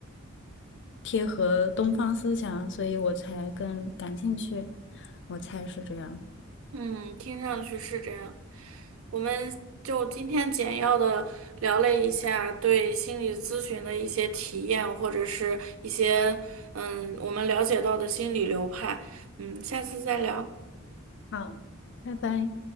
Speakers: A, on the left (about 60°); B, on the right (about 80°).
A: 贴合东方思想，所以我才更感兴趣，我猜是这样。
B: 嗯，听上去是这样。我们就今天简要的聊了一下对心理咨询的一些体验，或者是一些嗯我们了解到的心理流派。嗯，下次再聊。
A: 好，拜拜。